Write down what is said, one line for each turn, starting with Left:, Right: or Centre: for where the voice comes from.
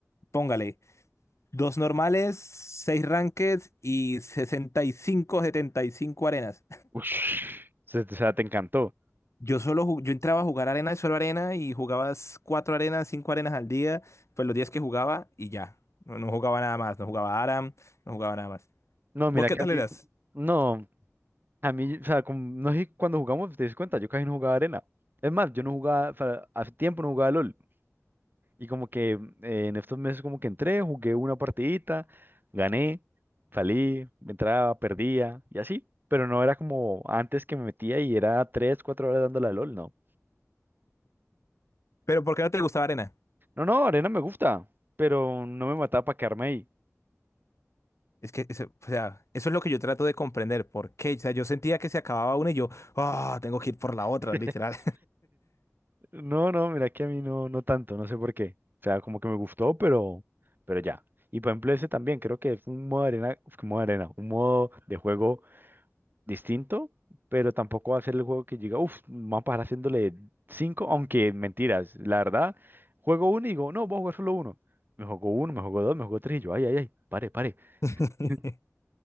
Left: Póngale Dos normales, seis rankeds y sesenta y cinco setenta y cinco arenas.
Right: Ush, se- o sea, te encantó.
Left: Yo solo ju- yo entraba a jugar arena y solo arena y jugabas cuatro arenas, cinco arenas al día, pues los días que jugaba y ya. No, no jugaba nada más, no jugaba Aram, no jugaba nada más.
Right: No, mira
Left: ¿Vos qué
Right: que
Left: tal
Right: a mí,
Left: eras?
Right: no, A mí, o sea, como- no sé, cuando jugamos, te das cuenta, yo casi no jugaba arena. Es más, yo no jugaba, o sea, hace tiempo no jugaba LOL. Y como que eh, en estos meses como que entré, jugué una partidita, gané, salí, entraba, perdía y así. Pero no era como antes que me metía y era tres, cuatro horas dándole a LOL, no.
Left: ¿Pero por qué no te gustaba arena?
Right: No, no, arena me gusta, pero no me mataba para quedarme ahí.
Left: Es que, eso, o sea, eso es lo que yo trato de comprender. ¿Por qué? O sea, yo sentía que se acababa una y yo, ah, tengo que ir por la otra,
Right: <laughs>
Left: literal.
Right: No, no, mira que a mí no, no tanto, no sé por qué. O sea, como que me gustó, pero, pero ya. Y por ejemplo, ese también creo que es un modo de arena, uf, modo de arena, un modo de juego distinto, pero tampoco va a ser el juego que llega, uff, vamos a pasar haciéndole cinco, aunque mentiras, la verdad, juego uno y digo, no, voy a jugar solo uno. Me jugó uno, me jugó dos, me jugó tres, y yo, ay, ay, ay, pare, pare.
Left: <laughs>
Right: <laughs>